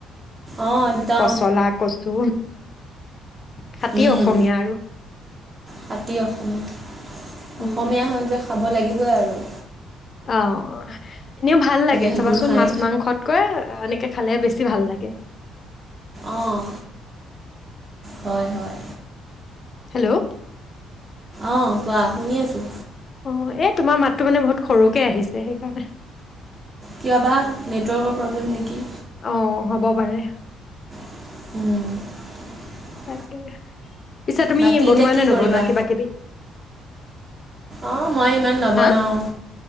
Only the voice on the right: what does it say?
অঁ একদম
উম,
খাতি অসমীয়া
অসমীয়া হয় যে খাব লাগিব। উম।
সেইবোৰ
খাই।
অঁ। হয় হয়।
অ' কোৱা, শুনি আছো।
কিয় বা নেটৱৰ্কৰ প্ৰব্লেম নেকি?
<unintelligible>
বাকী
এতিয়া কি
কৰিবা?
অঁ মই ইমান নবনাও